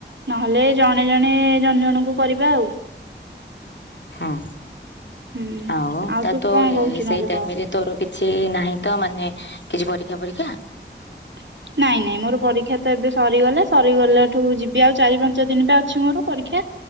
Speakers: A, on the right; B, on the left.
A: ନହେଲେ ଜଣେ ଜଣେ ଜଣ ଜଣଙ୍କୁ କରିବା ଆଉ।
B: ହଁ
A: ହୁଁ।
B: ଆଉ
A: ଆଉ
B: ତା
A: ତୁ
B: ତ
A: କଣ କହୁଛୁ
B: ସେଇ
A: ନହେଲେ
B: ଟାଇମରେ
A: କହ
B: ତୋର କିଛି ନାହିଁ ତ ମାନେ କିଛି ପରି ଆ ପରୀକ୍ଷା ପରୀକ୍ଷା?
A: <unintelligible> ନାଇଁ ନାଇଁ ମୋର ପରୀକ୍ଷା ତ ଏବେ ସରିଗଲା ସରିଗଲାଠୁ ଯିବି ଆଉ ଚାରି ପାଞ୍ଚ ଦିନ ବା ଅଛି ମୋର ପରୀକ୍ଷା